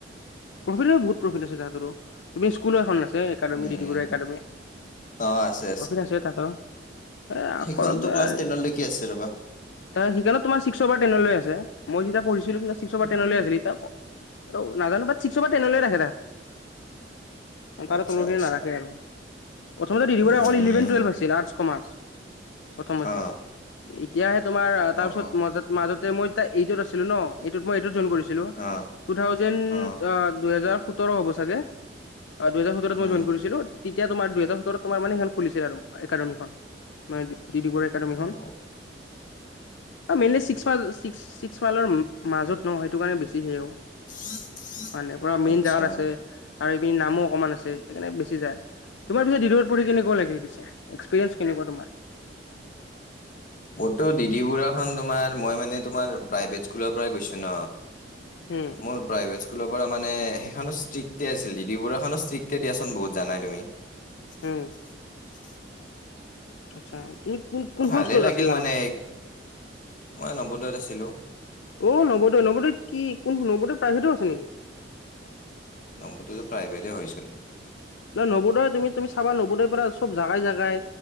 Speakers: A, on the left (about 85°); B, on the left (about 45°).
A: প্ৰফিট বহুত প্ৰফিট আছে তাহাঁতৰো। তুমি স্কুলো এখন না? Academy
B: um
A: D D Bora academy.
B: অ আছে
A: প্ৰফিট আছে তাকো, এ
B: সেইখনতো
A: কৰক দে
B: ক্লাছ
A: আৰু
B: টেনলৈকে
A: কি।
B: আছে ৰবা
A: তাৰ সেইকাৰণে তোমাৰ ছিক্সৰ পৰা টেনলে আছে। মই যেতিয়া পঢ়িছিলো তেতিয়া ছিক্সৰ পৰা
B: উম
A: টেনলে আছিল এতিয়া আৰু নাজানো বাত চিকচৰ পৰা টেনলে ৰাখে তাহাঁতে। তাৰ
B: আচ্ছা
A: তলৰখিনি
B: আচ্ছা
A: নাৰাখে আৰু। প্ৰথমতে ডি দি বৰুৱাত
B: উম
A: অকল ইলেভেন টুৱেলভ আছিল, আৰ্টছ, কমাৰ্চ, প্ৰথমতে।
B: অ
A: এতি এতিয়াহে তোমাৰ তাৰপিছত
B: অ অ
A: মাজত মাজতে মই এইটত আছিলো ন। মই এইটত জইন কৰিছিলো।
B: অ
A: টু থাউজেণ্ড
B: অ
A: দুহেজাৰ সোতৰ হ'ব চাগে। দুহেজাৰ সোতৰত মই
B: উম
A: জইন কৰিছিলো। তেতিয়া তোমাৰ দুহেজাৰ সোতৰত তোমাৰ মানে সেইখন খুলিছিল আৰু একাডেমিখন মান। <unintelligible> ডি ডি বৰুৱা একাডেমীখন।
B: অ
A: অ মেইনলি চিক্স মাইল, চিক্স মাইলৰ মাজত ন সেইটো কাৰণে বেছি সেঅ।
B: <inaudible>
A: মানে পুৰা মেইন
B: আচ্ছা
A: জাগাত আছে আৰু এইপিনি নামো অকণমান আছে সেইকাৰণে বেছি যায়। তোমাৰ পিছে <unintelligible> পঢ়ি কেনেকুৱা লাগিল পিছে? এক্সপিৰিয়েঞ্চ কেনেকুৱা তোমাৰ?
B: মোৰতো ডিডি বুঢ়াখন মই মানে তোমাৰ প্ৰাইভেট স্কুলৰ পৰা গৈছোঁ ন।
A: উম
B: মোৰ প্ৰাইভেট স্কুল স্কুলৰ পৰা মানে সেইখনো ষ্ট্ৰিক্টতে আছিল। ডি দি বৰুৱা খনো ষ্ট্ৰিক্টে দিয়াচোন বহুত, জানাই তুমি। <unintelligible>
A: উম আচ্ছা, তুমি কোন কোনখন
B: ভালে
A: স্কুলত
B: লাগিল
A: আছিলা আগতে?
B: মানে মই নৱোদয়ত আছিলো
A: অ নবোদয়, নবোদয় কি কোন নবোদয় প্ৰাইভেটো আছে নেকি?
B: নবোদয় প্ৰাইভেটে হয় চোন।
A: নহ নবোদয় তুমি তুমি চাবা নবোদয়ৰ পৰা চব জাগাই জাগাই